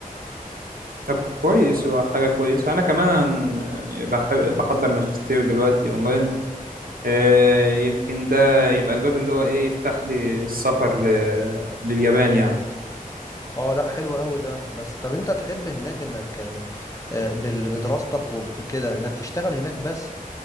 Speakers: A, on the right; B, on the left.
A: طب كويس هو حاجة كويسة انا كمان يعني بح... بحضر ماجستير دلوقتي اونلاين آه، يمكن ده يبقى الباب اللي هو ايه يفتح لي السفر ل... لليابان يعني
B: اه لا حلو قوي ده بس طب انت تحب هناك انك يعني آه، بال- بدراستك وبكده انك تشتغل هناك بس